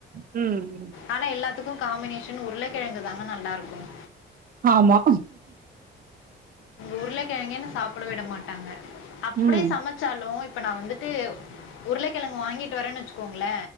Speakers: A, on the right; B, on the left.
A: ம்
B: ஆனா எல்லாத்துக்கு காம்பினேஷன் உருளக்கெழங்கு தாங்க நல்லா இருக்கும்
A: ஆமா
B: உருள கெழங்கே என்ன சாப்பிட விட மாட்டாங்க அப்டியே
A: ம்
B: சமைச்சாலு இப்ப நா வந்துட்டு உருளக்கெழங்கு வாங்கிட்டு வரேன்னு வச்சுக்கோங்களே